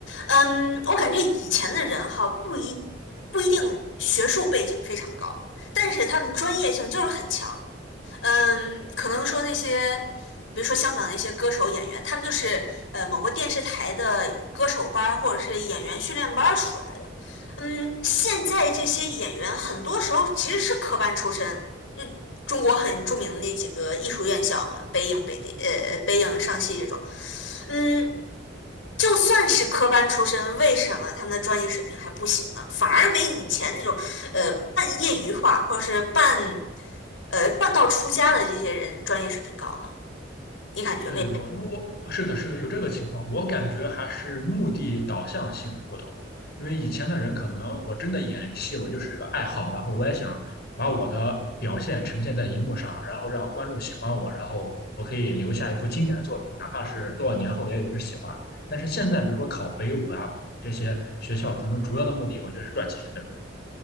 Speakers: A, on the left (about 85°); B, on the left (about 60°).
A: 嗯，我感觉以前的人哈，不一不一定学术背景非常高，但是他们专业性就是很强。嗯，可能说那些，比如说香港那些歌手、演员，他们就是呃某个电视台的歌手班儿或者是演员训练班儿出来的。嗯，现在这些演员很多时候其实是科班出身。嗯，中国很著名的那几个艺术院校嘛，北影、北电、呃北影、上戏这种。嗯，就算是科班出身，为什么他们的专业水平还不行呢？反而没以前那种呃半业余化或者是半呃半道出家的这些人专业水平高呢？你感觉为啥？
B: 对，我我是的，是的，有这个情况。我感觉还是目的导向性的不同，因为以前的人可能我真的演戏，我就是个爱好，然后我也想把我的表现呈现在荧幕上，然后让观众喜欢我，然后我可以留下一部经典的作品，哪怕是多少年后也有人喜欢。但是现在，比如说考北舞啊这些学校，可能主要的目的我觉得是赚钱，对吧？